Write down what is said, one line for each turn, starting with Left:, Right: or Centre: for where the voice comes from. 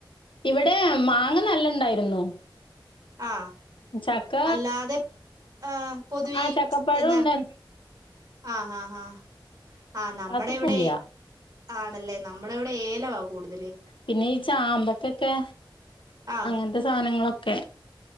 Left: ഇവിടെ മാങ്ങ നല്ലണ്ടായിരുന്നു
Right: ആ
Left: ചക്ക
Right: അല്ലാതെ ആ പൊതുവെ
Left: ആ
Right: ഈ
Left: ചക്കപ്പഴം
Right: എന്നാ
Left: ഉണ്ടായിരുന്നു
Right: ആ ആ ആ ആ നമ്മുടെ
Left: അല്ലാത്തപ്പല്ല
Right: ഇവിടെ ആണല്ലേ നമ്മുടെ ഇവിടെ ഏലവാ കൂടുത
Left: പിന്നെ ഈ ചാമ്പക്കൊക്കെ
Right: ആഹ്
Left: അങ്ങത്തെ സാധനങ്ങളൊക്കെ